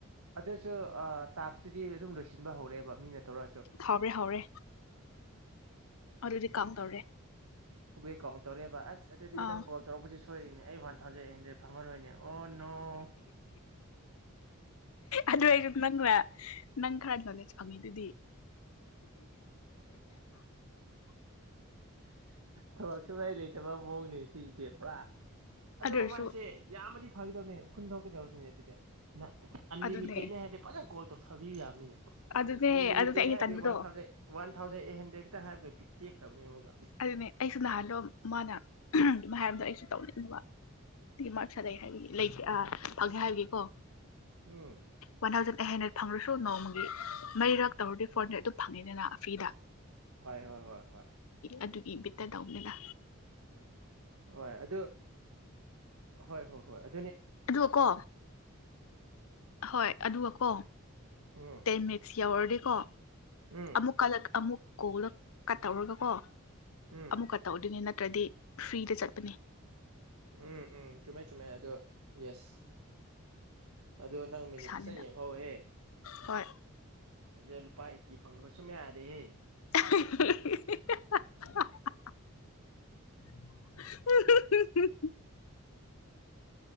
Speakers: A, on the right; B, on the left.
A: ꯑꯗꯨꯁꯨ ꯇꯥꯛꯁꯇꯨꯗꯤ ꯑꯗꯨꯝ ꯂꯣꯏꯁꯤꯟꯕ ꯍꯧꯔꯦꯕ ꯃꯤꯅ ꯇꯧꯔꯛꯑꯁꯨ
B: ꯍꯥꯎꯔꯦ ꯍꯥꯎꯔꯦ ꯑꯗꯨꯗꯤ ꯀꯝ ꯇꯧꯔꯦ
A: ꯕꯦ ꯀꯥꯎꯟ ꯇꯧꯔꯦꯕ ꯑꯁ ꯑꯗꯨꯗꯤ
B: ꯑꯥ
A: ꯅꯪ ꯀꯣꯜ ꯇꯧꯔꯛꯄꯁꯤ ꯁꯣꯏꯔꯤꯅꯦ ꯑꯩ ꯋꯥꯟ ꯊꯥꯎꯖꯟ ꯑꯩꯟꯗ꯭ꯔꯦꯗ ꯐꯪꯉꯔꯣꯏꯅꯦ ꯑꯣ ꯅꯣ
B: ꯑꯗꯨꯁꯨ ꯅꯪ ꯅꯪ ꯈꯔꯗ ꯅꯣꯅꯦ ꯐꯪꯉꯤꯗꯨꯗꯤ
A: ꯊꯕꯛ ꯁꯨꯂꯥꯏ ꯂꯩꯇꯕ ꯃꯑꯣꯡꯅꯤ ꯁꯤꯁꯤꯗꯤ ꯄꯨꯔꯥ ꯑ
B: ꯑꯗꯨ ꯑꯣꯏꯔꯁꯨ
A: ꯃꯥꯏꯁꯦ ꯌꯥꯝꯕꯗꯤ ꯐꯥꯈꯤꯗꯕꯅꯤꯅꯦ ꯐꯨꯟ ꯊꯣꯛꯀꯗꯕꯅꯤꯅꯦ ꯑꯗꯨꯗꯤ ꯑꯟꯂꯤꯃꯤꯇꯅꯦ
B: ꯑꯗꯨꯅꯦ
A: ꯍꯥꯏꯗꯤ ꯄꯖꯪ ꯀꯣ ꯇꯣꯊꯥꯕꯤꯕ ꯌꯥꯕꯅꯤꯅꯦ
B: ꯑꯗꯨꯅꯦ
A: ꯑꯟꯂꯤꯃꯤꯇꯦꯠ
B: ꯑꯗꯨꯗꯤ ꯑꯩꯩꯅ
A: ꯍꯥꯏꯔꯗꯤ
B: ꯇꯟꯗꯣ
A: one thousand one thousand eight ꯍꯟꯗ꯭ꯔꯦꯗꯛꯇꯪ ꯍꯥꯏꯕꯒ ꯕꯤꯇꯦꯛ ꯈ꯭ꯔꯅꯤ ꯃꯨꯛ
B: ꯑꯗꯨꯅꯦ ꯑꯩꯁꯨ ꯅꯍꯥꯟꯂꯣ ꯃꯥꯅ ꯍꯥꯏꯕꯗꯣ ꯑꯩꯁꯨ ꯇꯧꯅꯤꯡꯗꯕ ꯃꯥꯁ ꯂꯩ ꯍꯥꯏꯕ ꯂꯩꯦ ꯐꯪꯒꯦ ꯍꯥꯏꯕꯒꯤꯀꯣ
A: ꯎꯝ
B: ꯋꯥꯟ ꯊꯥꯎꯖꯟ ꯑꯩ ꯍꯟꯗ꯭ꯔꯦꯗ ꯐꯪꯗ꯭ꯔꯁꯨ ꯅꯣꯡꯃꯒꯤ ꯃꯩꯔꯛ ꯇꯧꯔꯗꯤ ꯐꯣꯔ ꯍꯟꯗ꯭ꯔꯦꯗ ꯑꯗꯨꯝ ꯐꯪꯅꯤꯗꯅ ꯑꯐꯤꯗ
A: ꯍꯣꯏ ꯍꯣꯏ ꯍꯣꯏ ꯍꯣꯏ
B: ꯑꯗꯨꯒꯤ ꯏ ꯠꯇ ꯇꯧꯅꯤꯗ
A: ꯍꯣꯏ ꯑꯗꯨ ꯍꯣꯏ ꯍꯣꯏ ꯍꯣꯏ ꯑꯗꯨ
B: ꯑꯗꯨꯒꯀꯣ ꯍꯣꯏ ꯑꯗꯨꯒꯀꯣ
A: ꯎꯝ
B: ꯇꯦꯟ ꯃꯤꯅꯤꯠꯁ ꯌꯥꯎꯔꯗꯤꯀꯣ
A: ꯎꯝ
B: ꯑꯃꯨꯛ ꯀꯂꯛ ꯑꯃꯨꯛ ꯀꯣꯜꯗꯣ ꯀꯠ ꯇꯧꯔꯒ ꯀꯣ
A: ꯎꯝ
B: ꯑꯃꯨꯛꯀ ꯇ ꯑꯣꯏꯗꯤꯅꯤ ꯅ ꯅꯠꯇ꯭ꯔꯗꯤ ꯐ꯭ꯔꯤꯗ ꯆꯠꯄꯅꯤ
A: ꯎꯝ ꯎꯝ ꯆꯨꯝꯃꯦ ꯆꯨꯝꯃꯦ ꯑꯗꯣ ꯌꯦꯁ ꯑꯗ ꯅꯪ ꯃꯤꯅꯤꯠ
B: ꯄꯩꯁꯥꯅꯤꯅ
A: ꯐꯖꯅ ꯌꯦꯡꯍꯧꯍꯦ
B: ꯍꯣꯏ
A: ꯑꯁꯦ ꯂꯨꯄꯥ ꯑꯩꯠꯇꯤ ꯐꯪꯅꯕ ꯁꯨꯝ ꯌꯥꯔꯦꯍꯦ
B: <inaudible> <inaudible>